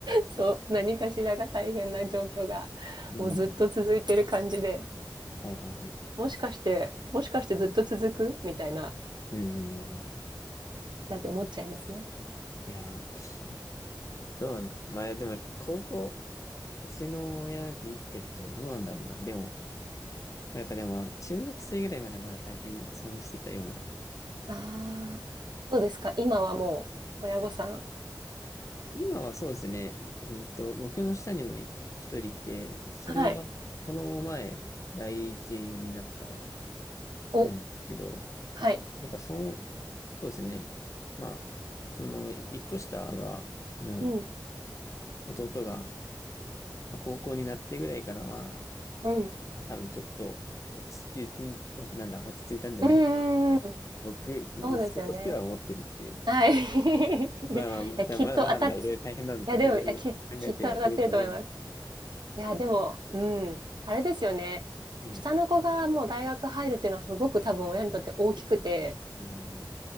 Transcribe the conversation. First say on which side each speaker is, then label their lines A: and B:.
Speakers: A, on the right; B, on the left.
A: そう、何かしらが大変な状況がもうずっと続いてる感じで、
B: うん。はいはいはい。
A: もしかして、もしかしてずっと続くみたいな、
B: うんうんうんうん。
A: なんて思っちゃいますね。
B: いやー、どうなんだろう。まあでもやっぱ高校、うちの親見てるとどうなんだろうな。でも、まあやっぱでも、中学生ぐらいまではまだ大変そうにしてたような。
A: ああ、どうですか今はもう親御さん。
B: 今はそうですね、うんと、僕の下にも一人いて、それがこの前、
A: はい。
B: 第一になったん
A: お、
B: ですけど、
A: はい。
B: やっぱその、そうですね、まあ、その一個下が、の
A: うん、
B: 弟がまあ高校になってぐらいからは、
A: うん。
B: まあ、多分ちょっと落ち着いて、おなんだ、落ち着いたんじゃないかなって、
A: うん、うん、
B: 僕、息子としては思ってるっていう
A: そうですよね。はい。<laughs> い
B: まあまあ、
A: や、
B: 多分まだまだまだいろいろ大変なんだと、
A: きっと当たっ、いや、でも、
B: いろいろ考えてやってると思う
A: いや、き、きっと当たってると思います。いや、でも、うん、あれですよね。
B: うん。
A: 下の子がもう大学入るっていうのはすごく多分親にとって大きくて、
B: うん。